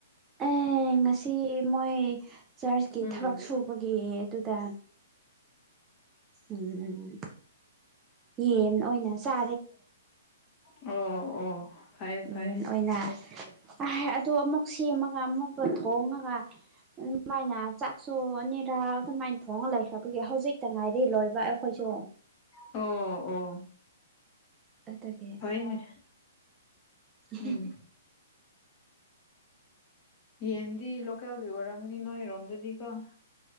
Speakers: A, on the right; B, on the left.
A: ꯑꯦ ꯉꯁꯤ ꯃꯣꯏ ꯆꯔꯆꯀꯤ
B: ꯎꯝ
A: ꯊꯕꯛ ꯁꯨꯕꯒꯤ ꯑꯗꯨꯗ ꯎꯝ ꯌꯦꯟ ꯑꯣꯏꯅ ꯆꯥ
B: ꯑꯣ ꯑꯣ ꯐꯩꯌꯦ ꯐꯩꯌꯦ
A: ꯌꯦꯟ ꯑꯣꯏꯅ ꯑꯍ ꯑꯗꯣ ꯑꯃꯨꯛ ꯁꯦꯝꯃꯒ ꯑꯃꯨꯛꯀ ꯊꯣꯡꯉꯒ ꯑꯗꯨꯃꯥꯏꯅ ꯆꯥꯛꯁꯨ ꯑꯅꯤꯔꯥ ꯑꯗꯨꯃꯥꯏꯅ ꯊꯣꯡꯉ ꯂꯩꯈ꯭ꯔꯕꯒꯤ ꯍꯧꯖꯤꯛꯇ ꯉꯥꯏꯔꯤ ꯂꯣꯏꯕ ꯑꯩꯈꯣꯏꯁꯨ
B: ꯑꯣ ꯑꯣ
A: ꯑꯗꯨꯒꯤ ꯍꯦ
B: ꯐꯩꯅꯦ
A: ꯍꯦ
B: ꯎꯝ ꯌꯦꯟꯗꯤ ꯂꯣꯀꯦꯜꯒꯤ ꯑꯣꯏꯔꯝꯒꯅꯤ ꯅꯣꯏꯔꯣꯝꯗꯗꯤꯀꯣ